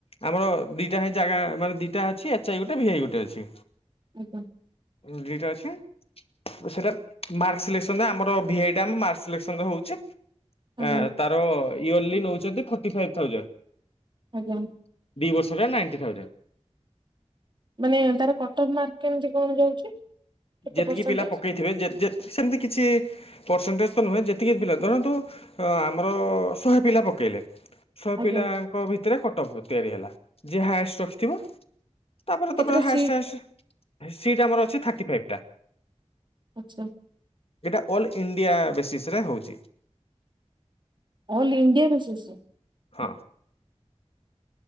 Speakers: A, on the left (about 55°); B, on the right (about 40°).
A: ଆମର ଦିଟା ହିଁ ଜାଗା ମାନେ ଦିଇଟା ଅଛି! ଏଚେଆଇ ଗୋଟେ ଭିଆଇ ଗୋଟେ ଅଛି!
B: ଆଇଟା
A: ଦିଟାଅଛି! ସେଟା ମାର୍କଲିସ କଣ ନା ଆମର ଭିଆଇଟା ମାର୍କ ସିଲେକ୍ସନ ରେ ହଉଛି!
B: ଆଜ୍ଞା
A: ଏଁ ତାର ଇୟର୍ଲି ନଉଛନ୍ତି ଫୋର୍ଟି ଫାଇଭ୍ ଥାଉଜେଣ୍ଡ!
B: ଆଜ୍ଞା
A: ଦିଇ ବର୍ଷ ହେଲା ନାଇଁଟି ଥାଉଜେଣ୍ଡ!
B: ମାନେ ତାର କଟନ ମାର୍କ କେମିତି କଣ ଯାଉଛି! କେତେ
A: ଯେତିକି
B: ପରସେଣ୍ଟେଜ
A: ପିଲା ପକେଇଥିବେ ଜେ--ଜେତ ସେମିତି କିଛି ପରସେଣ୍ଟେଜ ତ ନୁହେଁ! ଯେତିକି ପିଲା ଧରନ୍ତୁ ଆମର ଶହେ ପିଲା ପକେଇଲେ! ଶହ
B: ଆଜ୍ଞା
A: ପିଲାଙ୍କ ଭିତରେ କଟଫ ତିଆରି ହେଲା! ଯେ ହାଏଷ୍ଟେ ରଖିଥିବ? ତାପରେ
B: କେତେଟା
A: ତମେ ହାଏଷ୍ଟେ
B: ସିଟ୍
A: ହାଏଷ୍ଟେ ସିଟ୍ ଆମର ଅଛି ଥାଟି ଫାଇଭ୍! ଟା।
B: ଆଛା
A: ଏଇଟା ଅଲ୍ ଇଣ୍ଡିଆ ବେସିସି ରେ ହଉଚି!
B: ଅଲ୍ ଇଣ୍ଡିଆ ରୁଶେଷେ ରେ
A: ହଁ